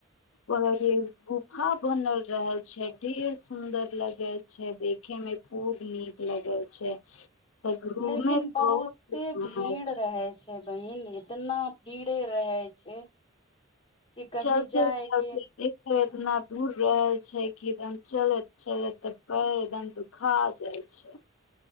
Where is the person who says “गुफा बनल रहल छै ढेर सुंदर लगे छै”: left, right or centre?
Left